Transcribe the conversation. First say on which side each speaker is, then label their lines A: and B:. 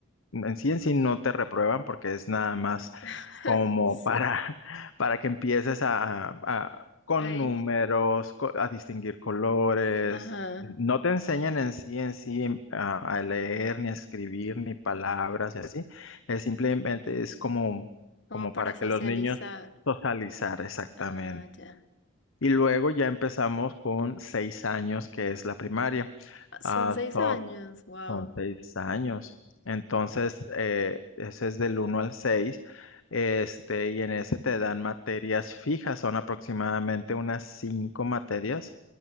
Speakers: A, on the left; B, on the left.
A: en sí en sí no te reprueban porque es nada más
B: <laughs>
A: como
B: Sí.
A: para, <laughs> para que empieces a, a- con
B: Ay.
A: números, co- a distinguir colores.
B: Ajá.
A: No te enseñan en sí en sí em, a, a leer, ni a escribir, ni palabras y así. Es simplemente es como,
B: Como
A: como
B: para
A: para
B: socializar.
A: que los niños socializar exactamente.
B: Ah, ya.
A: Y luego ya empezamos con seis años, que es la primaria.
B: Ah, Son
A: Ah,
B: seis
A: so,
B: años. Wow.
A: son seis años. Entonces, eh, ese es del uno al seis Este, y en ese te dan materias fijas, son aproximadamente unas cinco materias,